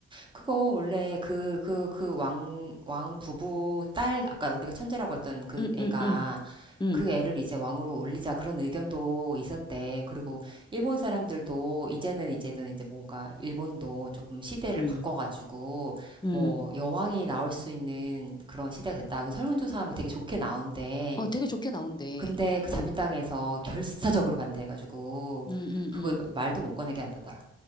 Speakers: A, on the right (about 15°); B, on the left (about 15°).
A: 그거 원래 그, 그, 그 왕, 왕 부부 딸, 아까 우리가 천재라고 했던 그
B: 응,
A: 애가
B: 응, 응, 응,
A: 그 애를 이제 왕으로 올리자 그런 의견도 있었대. 그리고 일본 사람들도 이제는 이제는 이제 뭔가 일본도 조금 시대를
B: 응,
A: 바꿔가지고
B: 응.
A: 뭐 여왕이 나올 수 있는 그런 시대가 됐다. 그 설문조사하면 되게 좋게 나온대.
B: 어, 되게 좋게 나온대.
A: 근데 그
B: 어,
A: 자민당에서
B: 음,
A: 결사적으로 반대해가지고
B: 음,
A: 그거
B: 음.
A: 말도 못 꺼내게 한다더라.